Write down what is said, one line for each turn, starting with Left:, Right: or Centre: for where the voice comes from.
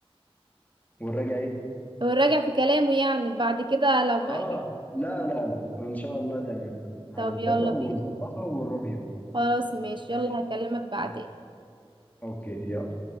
Left: والراجع ايه
Right: والراجع في كلامه يعني بعد كده لما
Left: اه لا لا لا ان شاء الله تمام لا هنتفق
Right: طب يلا
Left: ونظبطها
Right: بينا
Left: ونروح يوم
Right: خلاص ماشي
Left: ماشي
Right: يلا هكلمك بعدين
Left: ماشي اوكي يلا